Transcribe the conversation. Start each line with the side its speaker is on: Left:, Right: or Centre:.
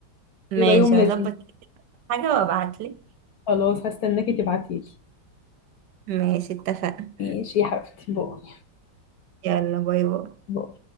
Right: ماشي
Left: يبقى يوم لذيذ
Right: هظبط كده حاجة وأبعتلك
Left: خلاص هستناكي تبعتيلي
Right: ماشي اتفقنا
Left: ماشي يا حبيبتي باي
Right: يلا باي باي
Left: باي